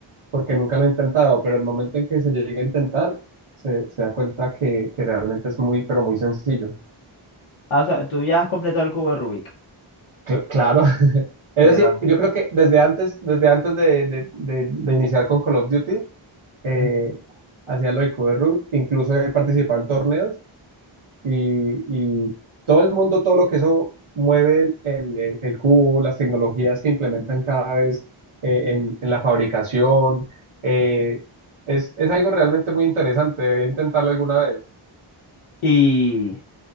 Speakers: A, on the right (about 75°); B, on the left (about 70°).
A: porque nunca lo ha intentado, pero el momento en que se llega a intentar, se, se da cuenta que, que realmente es muy, pero muy sencillo.
B: Ah, o sea, tú ya has completado el cubo de Rubik.
A: Cl- claro, <laughs> es
B: Sí, ya
A: decir,
B: lo has-
A: yo creo que desde antes, desde antes de, de, de- de iniciar con Call of Duty, eh,
B: Ujú.
A: hacía lo del cubo de Rubik, incluso he participado en torneos y, y todo el mundo, todo lo que eso mueve el, el- el- el cubo, las tecnologías que implementan cada vez eh, en, en la fabricación, eh, es, es algo realmente muy interesante, debería intentarlo alguna vez.
B: Y.